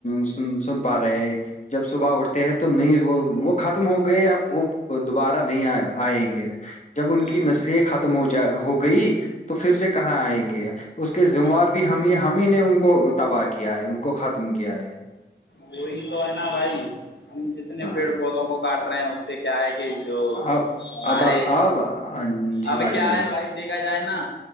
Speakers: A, on the left; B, on the left.
A: سن سن پا رہے ہیں جب صبح اٹھتے ہیں تو نہیں وہ وہ ختم ہو گئے ا وہ دوبارہ نہیں آئیں گے جب ان
B: ہاں
A: کی نسلی
B: جی
A: ختم ہو جا ہو گئی تو پھر سے کہاں آئیں گے اس کے
B: ہاں
A: ذموار
B: جی
A: بھی ہم ہم ہی نے ان کو تباہ کیا ہے ان کو ختم کیا ہے
B: وہی تو ہے نا بھائی ہم جتنے
A: ہاں
B: پیڑ پودوں کو کاٹ رہے ہیں اس سے کیا ہے کہ جو
A: اب
B: ہمارے
A: اب اب جی
B: اب
A: بھائی
B: کیا
A: جی
B: ہے بھائی دیکھا جائے نا